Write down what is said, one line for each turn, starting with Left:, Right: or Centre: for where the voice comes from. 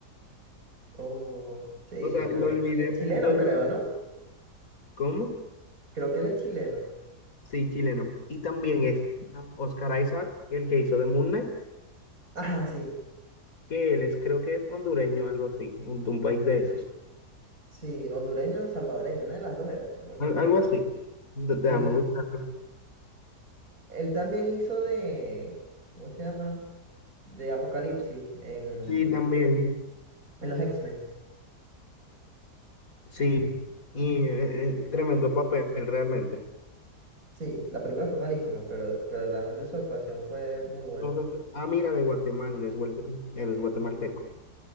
Right: Oh, sí,
Left: o sea,
Right: pero
Left: lo
Right: Pascal
Left: olvidé,
Right: es chileno
Left: lo olvidé.
Right: creo, ¿no?
Left: ¿Cómo?
Right: Creo que él es chileno.
Left: Sí, chileno. Y también es Oscar Isaac, el que hizo de Moon Knight.
Right: Ajá, sí,
Left: que él es, creo que es hondureño, algo así, un, de un país de esos,
Right: sí, hondureño o salvadoreño, una de las dos era, no me acuerdo.
Left: Al- algo así. De- Déjame
Right: Y
Left: buscarlo.
Right: él también hizo de, ¿cómo se llama? De Apocalipsis en,
Left: Sí, también,
Right: en los X-Men.
Left: sí, y eh, eh, tremendo papel realmente.
Right: Sí, la película fue malísima, pero, pero realmente su actuación fue muy buena.
Left: Entonces, ah, mira, de Guatemala, él es, guate- él es guatemalteco.